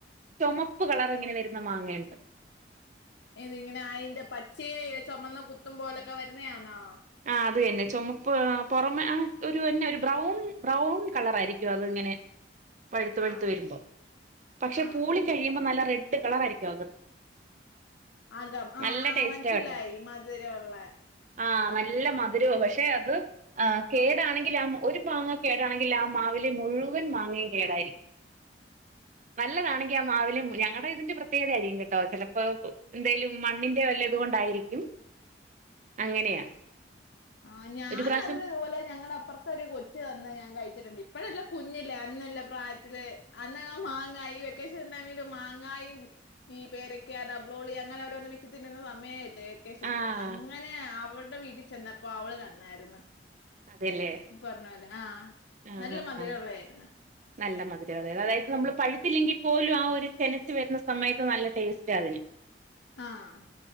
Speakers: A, on the right (about 45°); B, on the left (about 85°).
A: ചൊമപ്പ് കളറിങ്ങനെ വരുന്ന മാങ്ങെ ഇണ്ട്
B: ഏത് ഇങ്ങനെ അയിൻ്റെ പച്ചയെ ചൊമന്ന കുത്തും പോലൊക്കെ വരുന്നയാന്നോ
A: ആഹ് അതന്നെ ചൊമപ്പ് പുറമെ ആഹ് ഒരുന്നെ ഒരു ബ്രൗൺ ബ്രൗൺ കളറായിരിക്കും അത് ഇങ്ങനെ പഴുത്ത് പഴുത്ത്
B: ആഹ്
A: വരുമ്പോ പക്ഷെ
B: ആഹ്
A: പൂളി കഴിയുമ്പോ നല്ല റെഡ് കളറായിരിക്കും അകത്ത്
B: അകം ആഹ്
A: നല്ല
B: ആഹ്
A: ടേസ്റ്റാ
B: മൻസ്സിലായി
A: കേട്ടോ
B: മധുരൊള്ള
A: ആഹ് നല്ല മധുരവാ പക്ഷെ അത് ആഹ് കേടാണെങ്കില് ആ ഒരു മാങ്ങ കേടാണെങ്കില് ആ മാവിലെ മുഴുവൻ മാങ്ങയും കേടായിരിക്കും നല്ലതാണെങ്കിൽ ആ മാവിലെ മു ഞങ്ങളുടെ ഇതിന്റെ പ്രത്യേകതയായിരിക്കും കേട്ടോ ചെലപ്പോ എന്തേലു മണ്ണിന്റെ വല്ല ഇതുകൊണ്ടായിരിക്കും അങ്ങനെയാ
B: ആഹ് ഞാനത്
A: ഒരു പ്രാവശ്യം
B: തുപോലെ ഞങ്ങളപ്പർത്ത് തൊരു കൊച്ച് തന്ന് ഞാൻ കഴിച്ചിട്ടുണ്ട് ഇപ്പഴല്ല കുഞ്ഞിലെ അന്നല്ല പ്രായത്തില് അന്ന മാങ്ങായ്യോ വെക്കേഷൻ ടൈമില് മാങ്ങായി ഈ പേരക്ക ഡബ്ളോളി അങ്ങനെ ഓരോന്ന് വെച്ചിതിന്നുന്ന സമയല്ലേ വെക്കേഷനൊക്കെ
A: ആഹ്
B: അങ്ങനെ അവൾടെ വീട്ടിൽ ചെന്നപ്പോ അവള് തന്നായിരുന്നു
A: അതെല്ലേ
B: ഇ പറഞ്ഞപോലെ ആഹ്
A: ആഹ്
B: നല്ല
A: ആഹ്
B: മധുരുള്ളായിരുന്ന്
A: ആഹ് നല്ല മധുരാ അതെ അതായത് നമ്മള് പഴുത്തില്ലെങ്കിൽ പോലും ആ ഒരു ചെനച്ചു വരുന്ന സമയത്ത് നല്ല ടേസ്റ്റാ അതിന്
B: ആഹ്